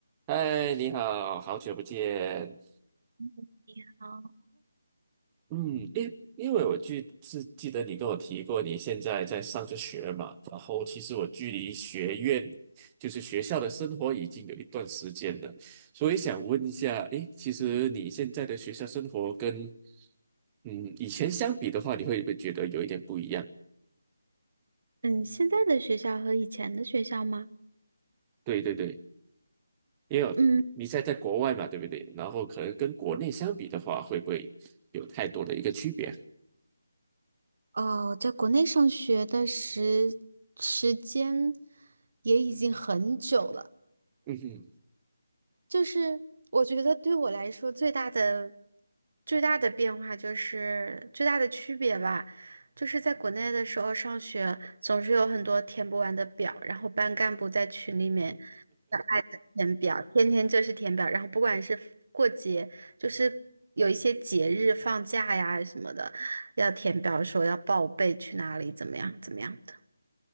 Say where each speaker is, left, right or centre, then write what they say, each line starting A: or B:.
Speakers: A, on the right (about 15°); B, on the right (about 60°).
A: 嗨，你好，好久不见。
B: 嗯你好，
A: 嗯，因因为我记是记得你跟我提过，你现在在上着学嘛，然后其实我距离学院就是学校的生活已经有一段时间了，所以想问一下，诶，其实你现在的学校生活跟嗯以前相比的话，你会不会觉得有一点不一样？
B: 嗯，现在的学校和以前的学校吗？
A: 对对对，因为我你现在在国外嘛，
B: 嗯，
A: 对不对？然后可能跟国内相比的话，会不会有太多的一个区别？
B: 哦，在国内上学的时时间也已经很久了。
A: 嗯哼，
B: 就是我觉得对我来说最大的最大的变化就是最大的区别吧，就是在国内的时候上学总是有很多填不完的表，然后班干部在群里面小爱的填表，天天就是填表，然后不管是过节，就是有一些节日放假呀什么的，要填表说要报备去哪里，怎么样怎么样。的。